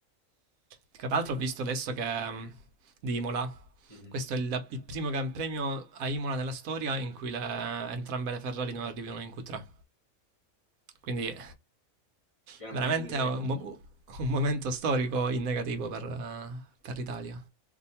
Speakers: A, on the right; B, on the left.
A: Tra l'altro ho visto adesso che mm, di Imola,
B: Mhm.
A: questo è il, il primo Gran Premio a Imola nella storia in cui le- entrambe le Ferrari non arrivano in Q3. Quindi
B: Gran
A: veramente
B: Premio di record.
A: è un, mo- un momento storico in negativo per, eh, per l'Italia.